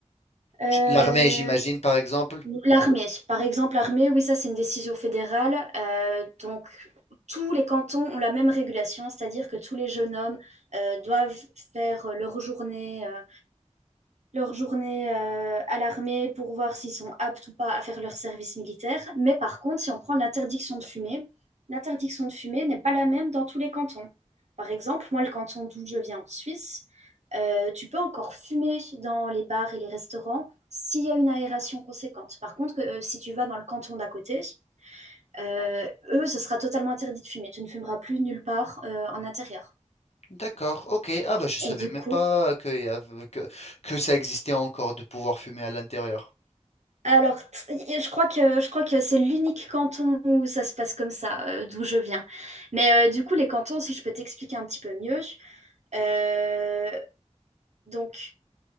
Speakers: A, on the right; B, on the left.
A: euh,
B: Je- L'armée, j'imagine, par exemple.
A: l'armée. Par exemple, l'armée, oui, ça c'est une décision fédérale. Euh, donc, tous les cantons ont la même régulation, c'est-à-dire que tous les jeunes hommes euh, doivent faire leur journée euh, leur journée euh, à l'armée pour voir s'ils sont aptes ou pas à faire leur service militaire. Mais par contre, si on prend l'interdiction de fumer, l'interdiction de fumer n'est pas la même dans tous les cantons. Par exemple, moi, le canton d'où je viens en Suisse, euh, tu peux encore fumer dans les bars et les restaurants s'il y a une aération conséquente. Par contre, que, euh, si tu vas dans le canton d'à côté, euh, eux, ce sera totalement interdit de fumer. Tu ne fumeras plus nulle part euh, en intérieur.
B: D'accord, ok. Ah bah je savais
A: Et du
B: même
A: coup,
B: pas que, y avait- que, que ça existait encore de pouvoir fumer à l'intérieur.
A: Alors, t- y- je crois que je crois que c'est l'unique canton où ça se passe comme ça, euh, d'où je viens. Mais euh, du coup, les cantons, si je peux t'expliquer un petit peu mieux. euh, donc,